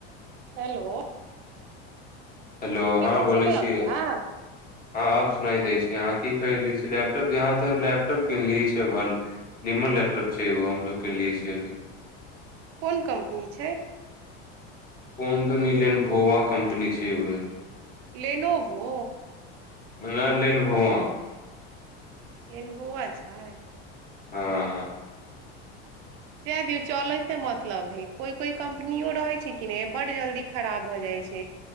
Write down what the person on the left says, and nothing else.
हेलो हँं
बोलै
छिय
हँ
आब सुना दै छी अहाँ की कर ले छियै लैपटॉप यहाँ तऽ लैपटॉप किनलियै छ निमन लैपटॉप छै ओ हम जेो किनलियै छियै अभी
कोन दनी लेन भोवा कम्पनी छै उह
ल लेन भआ
हँ ह